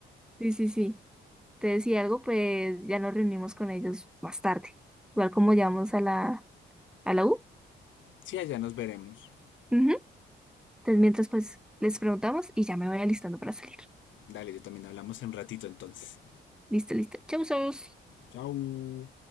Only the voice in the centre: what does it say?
Sí, sí, sí. Te decía algo, pues ya nos reunimos con ellos más tarde, igual como llamamos a la, a la U.
Ujú. Entonces, mientras pues les preguntamos y ya me voy alistando para salir.
Listo, listo. Chau, chau.